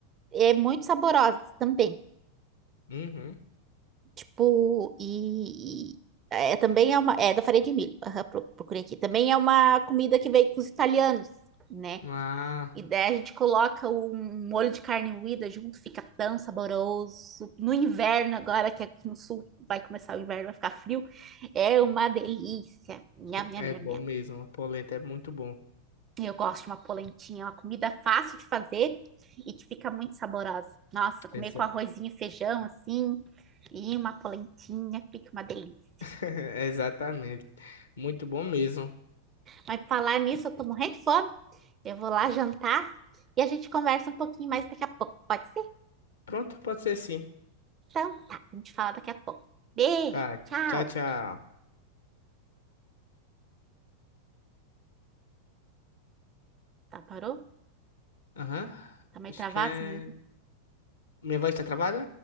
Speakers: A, on the right; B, on the left.
A: É muito saborosa também.
B: Uhum.
A: Tipo, e, e- é, também é uma. É da farinha de milho. Aham, pro- procurei aqui. Também é uma comida que veio com os italianos, né?
B: Ah.
A: E daí a gente coloca um molho de carne moída junto, fica tão saboroso. No inverno, agora que aqui no sul vai começar o inverno, vai ficar frio, é uma delícia. Nham, nham,
B: É
A: nham,
B: bom
A: nham.
B: mesmo, a polenta é muito bom.
A: Eu gosto de uma polentinha, uma comida fácil de fazer e que fica muito saborosa. Nossa, comer
B: Exa-
A: com arrozinho e feijão assim, e uma polentinha, fica uma delícia.
B: <laughs> Exatamente. Muito bom mesmo.
A: Aí, pra falar nisso, eu tô morrendo de fome. Eu vou lá jantar e a gente conversa um pouquinho mais daqui a pouco. Pode ser?
B: Pronto, pode ser sim.
A: Então, tá. A gente fala daqui a pouco. Beijo,
B: Tá,
A: tchau.
B: tchau, tchau.
A: Tá, parou?
B: Aham.
A: Tá meio
B: Acho
A: travado,
B: que é.
A: né?
B: Minha voz tá travada?